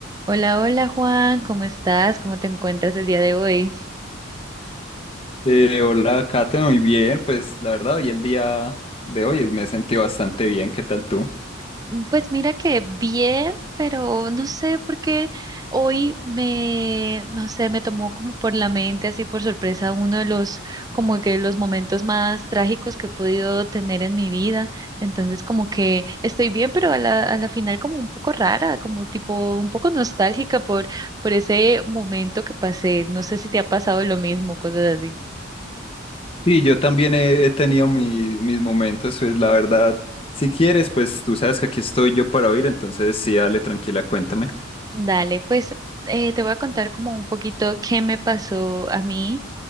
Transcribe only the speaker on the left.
Eh, hola, Kate, muy bien. Pues la verdad, hoy el día de hoy me he sentido bastante bien. ¿Qué tal tú?
Sí, yo también he, he tenido mi- mis momentos, pues la verdad, si quieres, pues tú sabes que aquí estoy yo para oír, entonces sí, dale, tranquila, cuéntame.